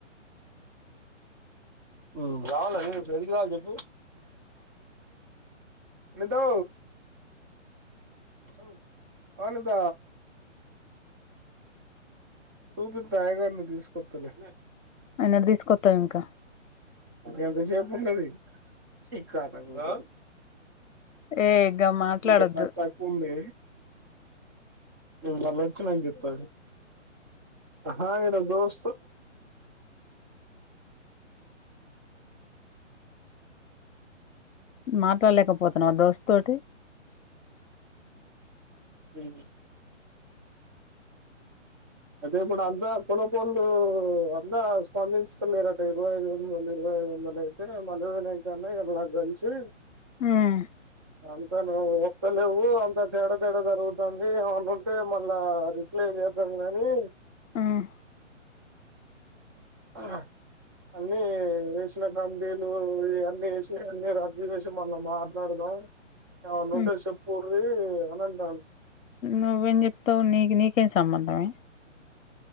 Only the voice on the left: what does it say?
ఎన్నడ్ తీస్కొత్తవ్ ఇంకా
ఏ ఇగ మాట్లాడొద్దు
మాట్లాడ్లేకపోతున్నావా దోస్తోటి
ఉమ్
ఉమ్
ఉమ్
నువ్వేం జెప్తవ్ నీక్ నీకేం సంబంధమే